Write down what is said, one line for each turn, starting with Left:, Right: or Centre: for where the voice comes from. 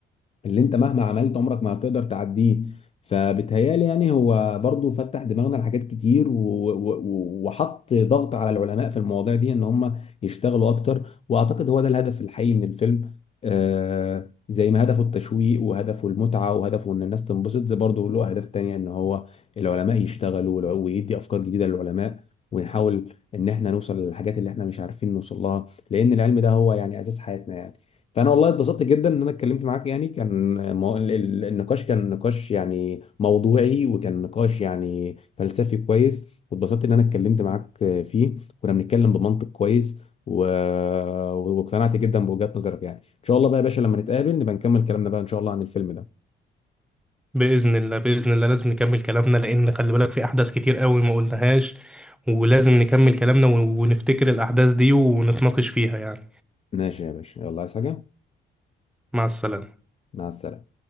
Left: اللي انت مهما عملت عمرك ما هتقدر تعديه فبتهيالي يعني هو برضو فتح دماغنا لحاجات كتير و... و... و- وحط ضغط على العلماء في المواضيع دي ان هم يشتغلوا اكتر واعتقد هو ده الهدف الحقيقي من الفيلم آه زي ما هدفه التشويق وهدفه المتعة وهدفه ان الناس تنبسط زي برضه له اهداف تانية ان هو العلماء يشتغلوا والع- ويدي افكار جديدة للعلماء ونحاول ان احنا نوصل للحاجات اللي احنا مش عارفين نوصل لها لان العلم ده هو يعني اساس حياتنا يعني فانا والله اتبسطت جدا ان انا اتكلمت معاك يعني كان مو... ال- ال- النقاش كان نقاش يعني موضوعي وكان نقاش يعني فلسفي كويس واتبسطت ان انا اتكلمت معاك فيه كنا بنتكلم بمنطق كويس و... واقتنعت جدا بوجهات نظرك يعني ان شاء الله بقى يا باشا لما نتقابل نبقى نكمل كلامنا بقى ان شاء الله عن الفيلم ده
Centre: بإذن الله بإذن الله لازم نكمل كلامنا لأن خلي بالك في أحداث كتير قوي ما قلناهاش ولازم نكمل كلامنا ون- ونفتكر الأحداث دي ونتناقش فيها يعني
Left: ماشي يا باشا يلا عايز حاجة
Centre: مع السلامة
Left: مع السلامة